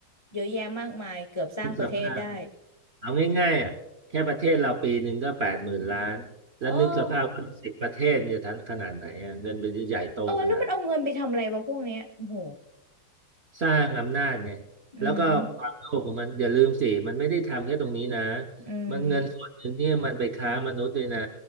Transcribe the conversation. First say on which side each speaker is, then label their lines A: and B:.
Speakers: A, on the left (about 50°); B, on the right (about 60°).
A: เยอะแยะมากมายเกือบสร้างประเทศได้
B: นึกสภาพเอาง่ายๆอะแค่ประเทศเราปีหนึ่งก็แปดหมื่นล้านแล้วนึกสภาพว่าสิบประเทศเนี่ยทั้งขนาดไหนอะเงินมันจะใหญ่โตขนาด
A: <laughs> เออเออเออแล้วมันเอาเงินไปทำอะไรวะพวกเนี้ยโอ้โห
B: สร้างอำนาจเนี่ยแล้วก็อความโลภของมันอย่าลืมสิมันไม่ได้ทำแค่ตรงนี้นะ
A: อืมอืม
B: มันเงินส่วนหนึ่งเนี่ยมันไปค้ามนุษย์ด้วยนะ